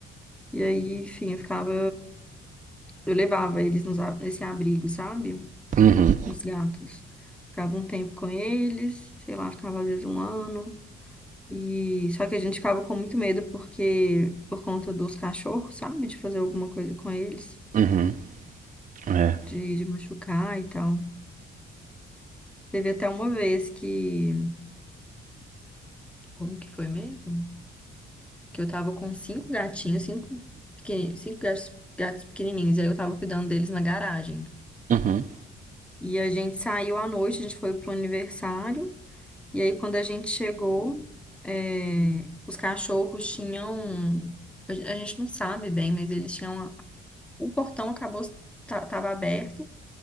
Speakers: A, in the centre; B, on the right.
A: E aí, enfim, eu ficava. Eu levava eles nos, a- nesse abrigo, sabe?
B: Uhum,
A: Os gatos. Ficava um tempo com eles, sei lá, ficava às vezes um ano. E só que a gente ficava com muito medo porque por conta dos cachorros, sabe? De fazer alguma coisa com eles,
B: uhum, é.
A: de, de machucar e tal. Teve até uma vez que. Como que foi mesmo? Que eu tava com cinco gatinhos, cinco, pequeni- cinco gatos, gatos pequenininhos, e aí eu tava cuidando deles na garagem.
B: Uhum.
A: E a gente saiu à noite, a gente foi pro aniversário, e aí quando a gente chegou, é, os cachorros tinham. A gen- a gente não sabe bem, mas eles tinham. O portão acabou, ta- tava aberto,